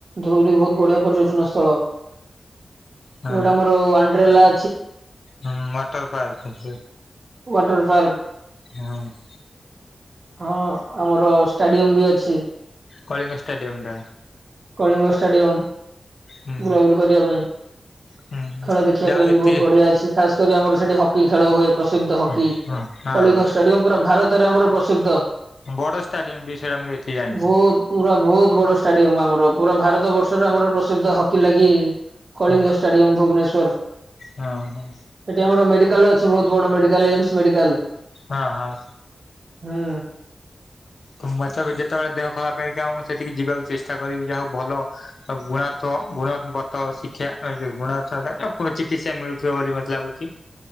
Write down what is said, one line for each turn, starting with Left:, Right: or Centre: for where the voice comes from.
Right: ଧଉଳି ବହୁତ ବଢିଆ। ପର୍ଯ୍ୟଟନ ସ୍ଥଳ
Left: ହଁ।
Right: ଗୋଟେ ଆମର ଆଣ୍ଡ୍ରେଲା
Left: ହୁଁ, ମଟର ପାର୍କ।
Right: ୱାଟର ପାର୍କ
Left: ହଁ ।
Right: ହଁ ଆମର ଷ୍ଟାଡିୟମ ବି ଅଛି ।
Left: କଳିଙ୍ଗ ଷ୍ଟାଡିୟମ ଟା
Right: କଳିଙ୍ଗ ଷ୍ଟାଡିୟମ୍
Left: ହୁଁ
Right: ବୁଲାବୁଲି କରିବା ପାଇଁ,
Left: ହୁଁ
Right: ଖେଳ ଦେଖିବା
Left: ଯାହା
Right: ପାଇଁ
Left: ହଉ
Right: ବି
Left: ଏତିକି
Right: ବହୁତ ବଢିଆ ଅଛି, ଖାସ କରି ଆମର ସେଠି ହକି ଖେଳ ହୁଏ ପ୍ରସିଦ୍ଧ ହକି,
Left: ହଁ ହଁ
Right: କଳିଙ୍ଗ ଷ୍ଟାଡିୟମ ପୁରା ଭାରତରେ ଆମର ପ୍ରସିଦ୍ଧ।
Left: ବଡ ଷ୍ଟାଡିୟମ ବି ସେଇଟା ମୁଁ ଏଠି ଜାଣିଛି
Right: ବହୁତ ପୁରା ବହୁତ ବଡ ଷ୍ଟାଡି ଆମର ପୁରା ଭାରତ ବର୍ଷରେ ଆମର ପ୍ରସିଦ୍ଧ ହକି ଲାଗି କଳିଙ୍ଗ
Left: ହଁ
Right: ଷ୍ଟାଡିୟମ ଭୁବନେଶ୍ଵର,
Left: ହଁ
Right: ଏଠି ଆମର ମେଡିକାଲ ଅଛି ବହୁତ ବଡ ମେଡିକାଲ ଏମ୍ସ ମେଡିକଲ,
Left: ହଁ ହଁ
Right: ହୁଁ।
Left: ତୁମର ତ ବି ଯେତେବେଳେ ଦେହ ଖରାପ ହେଇ ସେଠିକି ଯିବାକୁ ଚେଷ୍ଟା କରିବି, ଯାହାକୁ ଭଲ ଗୁଣ ଗୁଣବତ ଶିକ୍ଷା ଗୁଣ ସ ଆଣ ଚିକିତ୍ସା ମିଳୁଥିବ ବୋଲି ମତେ ଲାଗୁଛି।